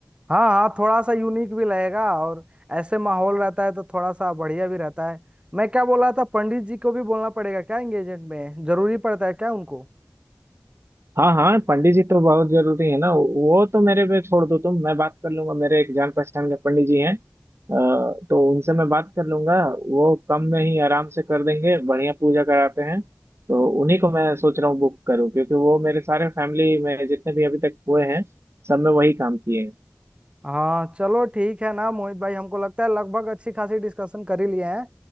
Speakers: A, on the right; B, on the right.
A: हाँ हाँ थोड़ा सा यूनिक भी लगेगा और ऐसे माहौल रहता है तो थोड़ा सा बढ़िया भी रहता है मैं क्या बोल रहा था पंडित जी को भी बोलना पड़ेगा क्या एंगेजमेंट में जरूरी पड़ता है क्या उनको
B: हाँ हाँ पंडित जी तो बहुत जरूरी है ना वो तो मेरे पे छोड़ दो तुम मैं बात कर लूंगा मेरे एक जान पहचान के पंडित जी हैं अ, तो उनसे मैं बात कर लूंगा वो कम में ही आराम से कर देंगे बढ़िया पूजा कराते हैं तो उन्हीं को मैं सोच रहा हूँ बुक करूँ क्योंकि वो मेरे सारे फैमिली में जितने भी अभी तक हुए हैं सब में वही काम किए हैं
A: हाँ चलो ठीक है ना मोहित भाई हमको लगता है लगभग अच्छी खासी डिस्कशन कर ही लिए हैं